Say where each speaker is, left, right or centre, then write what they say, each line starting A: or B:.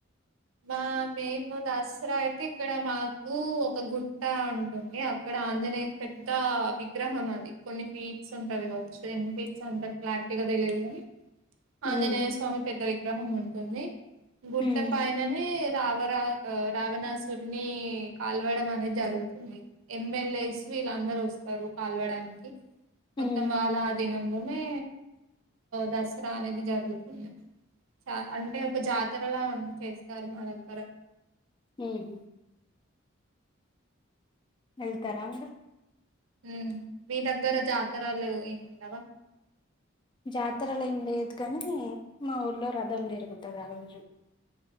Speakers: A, on the right; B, on the left.
A: మా మేము దసరా అయితే ఇక్కడ మాకు ఒక గుట్ట ఉం తుంది అక్కడ ఆంజనేయ పెద్ద విగ్రహం అది కొన్ని ఫీట్స్ ఉంటది కావచ్చు ఎన్ని ఫీట్స్ అంతా క్లారిటీగా తెలియదు కాని
B: మ్మ్
A: ఆంజనేయ స్వామి పెద్ద విగ్రహం ఉంటుంది గుట్ట
B: మ్మ్
A: పైననే రావరా రావణాసురిని కాల్వడం అనేది జరుగుతుంది ఎమ్మెల్ ఏ సు వీళ్ళందరు వస్తారు కలవడానికి
B: మ్మ్
A: మొత్తం వాళ్ళదినం మనే దసరానేది జరుగుతుంది చ అంటే ఒక జాతరలా చేస్తారు మా దగ్గర
B: ఉహు ఏళ్తారా మీరు
A: ఉమ్మ్ మీ దగ్గర జాతరలు ఏమండవ
B: జాతరలు ఏం లేదు కానీ మా ఊర్లో రథం తిరుగుతుంది ఆ రోజు